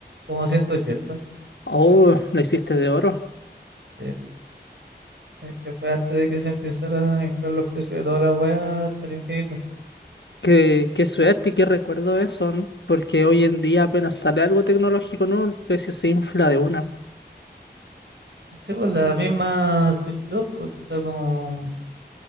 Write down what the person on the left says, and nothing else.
Oh, la hiciste de oro.
Qué, qué suerte y qué recuerdo eso, ¿no? Porque hoy en día apenas sale algo tecnológico nuevo, el precio se infla de una.